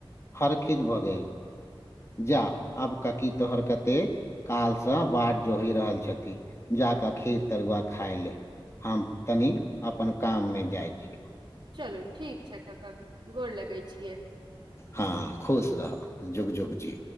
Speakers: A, on the left; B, on the right.
A: हरखित भऽ गैल जा आब काकी तोहर कतेक कालसँ बाढ़ जोहि रहल छथिन जा कऽ खीर तरुआ खाय ले हम तनि अपन काम मे जाय छी
B: चलू ठीक छै कक्का गौर लगे छियै
A: हँ खुश रह जुग जुग जिऔ